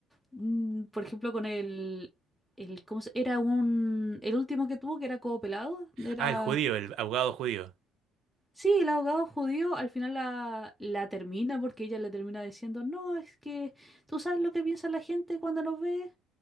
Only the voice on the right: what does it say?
Ah, el judío, el abogado judío.